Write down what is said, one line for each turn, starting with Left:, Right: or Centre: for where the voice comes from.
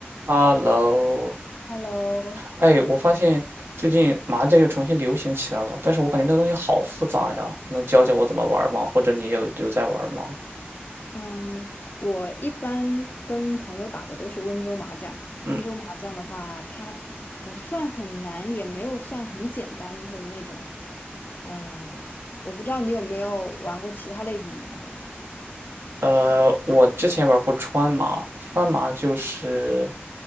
Right: Hello，
Left: Hello，
Right: 哎，我发现最近麻将又重新流行起来了，但是我感觉那个东西好复杂呀，能教教我怎么玩儿吗？或者你有有在玩儿吗？
Left: 嗯，我一般跟朋友打的都是温州麻将。
Right: 嗯，
Left: 温州麻将的话，它不算很难，也没有算很简单的那种。呃，我不知道你有没有玩过其他类型的麻将。
Right: 呃，我之前玩过川麻，川麻就是